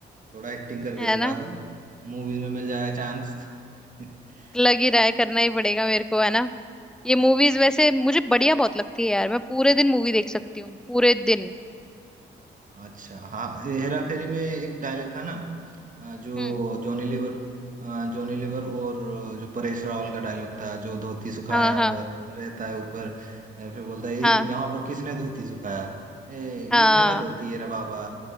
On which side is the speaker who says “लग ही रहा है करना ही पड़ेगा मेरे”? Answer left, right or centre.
Centre